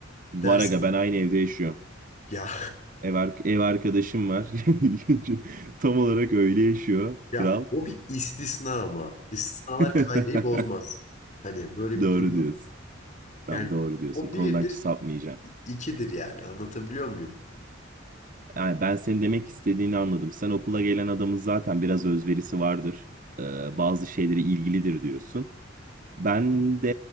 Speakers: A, on the right; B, on the left.
A: Var
B: dersi
A: aga ben aynı evde yaşıyorum.
B: <laughs> ya
A: Ev, ar- ev arkadaşım var. <laughs> Tam olarak öyle yaşıyor.
B: ya
A: Kral.
B: o bir istisna ama istisnalar
A: <laughs>
B: kaideyi bozmaz. Hani böyle
A: Doğru
B: bir durum
A: diyorsun.
B: da var.
A: Tam
B: Yani
A: doğru diyorsun.
B: o
A: Konudan
B: birdir,
A: hiç sapmayacağım.
B: ikidir yani. Anlatabiliyor muyum?
A: Yani ben senin demek istediğini anladım. Sen okula gelen adamın zaten biraz özverisi vardır. Ee, bazı şeylere ilgilidir diyorsun. Ben de